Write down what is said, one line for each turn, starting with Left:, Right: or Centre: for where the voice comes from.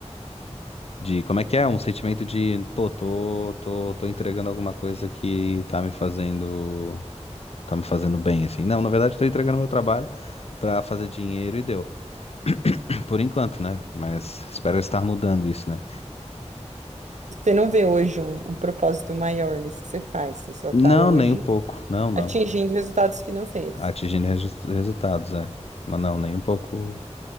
Left: De como é que é? Um sentimento de, pô, tô, tô, tô entregando alguma coisa que tá me fazendo, tá me fazendo bem, assim. Não, na verdade, tô entregando meu trabalho pra fazer dinheiro e deu. <clears throat> Por enquanto, né? Mas espero estar mudando isso, né?
Right: Você não vê hoje um, um propósito maior nisso que você faz. Você só está
Left: Não,
Right: hoje
Left: nem um pouco. Não, não.
Right: atingindo resultados financeiros.
Left: Atingindo resu- resultados, é. Mas não, nem um pouco.